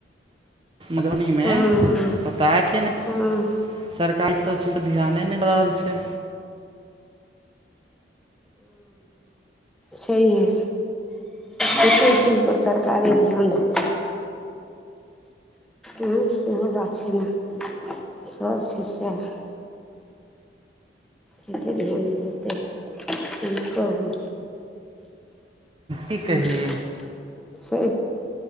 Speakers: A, on the right; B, in the centre.
A: मधुबनी मे
B: हँ
A: पता कि नै
B: हँ
A: सरकार ई सब चीजपर ध्याने नय दऽ रहल छै
B: छैनहे केते चीजपर सरकारे धि्यन देतै एहन सेहो बात छै ने सब छय सएह कतेक ध्यान नय देतै से कहु
A: की
B: <unintelligible>
A: कही
B: छै